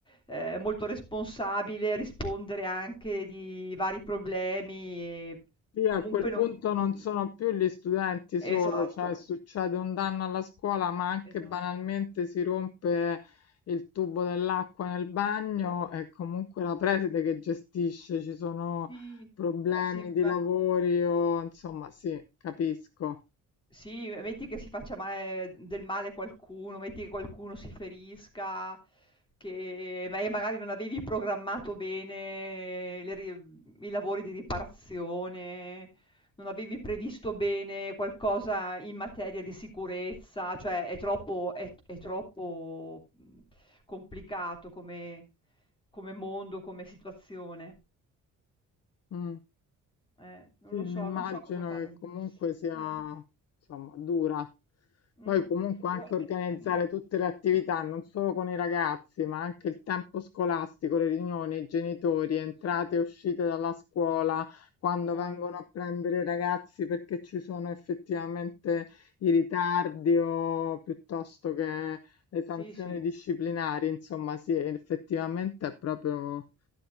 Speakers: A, on the left (about 15°); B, on the left (about 50°).
A: ehm, molto responsabile, rispondere anche di vari problemi e
B: Sì,
A: comunque
B: a quel punto
A: non mhmm,
B: non sono più gli studenti solo,
A: esatto,
B: cioè succede un danno alla scuola, ma anche
A: esatto.
B: banalmente si rompe il tubo dell'acqua nel bagno, è comunque la preside che gestisce, ci sono
A: Sì,
B: problemi
A: cioè sì,
B: di
A: ma
B: lavori o insomma, sì, capisco.
A: Sì, me metti che si faccia male del male qualcuno, metti che qualcuno si ferisca, che ma- e magari non avevi programmato bene le ri- i lavori di riparazione, non avevi previsto bene qualcosa in materia di sicurezza, cioè è troppo, è- è troppo, mh, complicato come, come mondo, come situazione.
B: Mm.
A: Eh, non
B: Sì,
A: lo so,
B: mi immagino
A: non so cosa fare.
B: che comunque sia,
A: Eh.
B: insomma, dura. Poi
A: Mh.
B: comunque anche
A: E gua
B: organizzare
A: e mh.
B: tutte le attività, non solo con i ragazzi, ma anche il tempo scolastico, le riunioni, i genitori, entrate
A: Sì, sì.
B: e uscite dalla scuola, quando
A: Guarda.
B: vengono a prendere i ragazzi perché ci sono effettivamente i ritardi o piuttosto che le sanzioni
A: Sì, sì.
B: disciplinari, insomma, sì, effettivamente è proprio